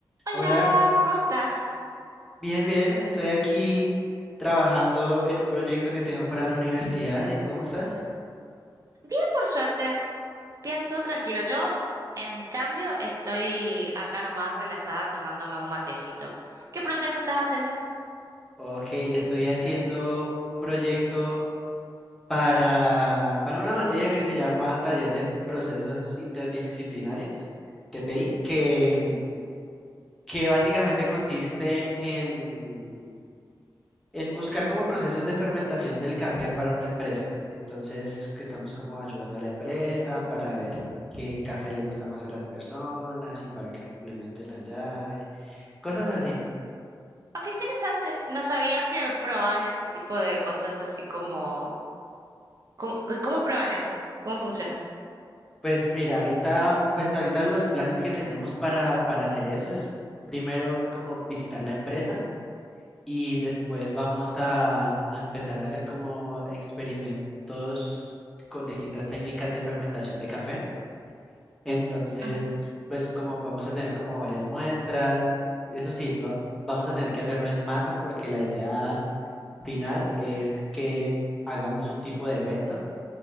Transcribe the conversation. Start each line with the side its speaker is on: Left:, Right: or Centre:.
Right: Hola,
Centre: Hola,
Right: ¿cómo estás?
Centre: bien, bien. Estoy aquí trabajando en un proyecto que tengo para la universidad. ¿Y tú cómo estás?
Right: Bien, por suerte. Bien, todo tranquilo. Yo, en cambio, estoy acá nomás relajada tomándome un matecito. ¿Qué proyecto estás haciendo?
Centre: Ok, estoy haciendo un proyecto para, para una materia que se llama Taller de Procesos Interdisciplinarios, TPI, que, que básicamente consiste en en buscar como procesos de fermentación del café para una empresa. Entonces, que estamos como ayudando a la empresa para ver qué café le gusta más a las personas y para que lo implementen allá, eh, cosas así.
Right: Ah, qué interesante. No sabía que probaban ese tipo de cosas así como... ¿Cómo, cómo prueban eso? ¿Cómo funciona?
Centre: Pues mira, ahorita, pues ahorita los planes que tenemos para, para hacer eso es primero como visitar la empresa y después vamos a, a empezar a hacer como experimentos con distintas técnicas de fermentación de café. Entonces,
Right: Ujú,
Centre: pues como vamos a tener como varias muestras, eso sí, va- vamos a tener que hacerlo en masa porque la idea final es que hagamos un tipo de evento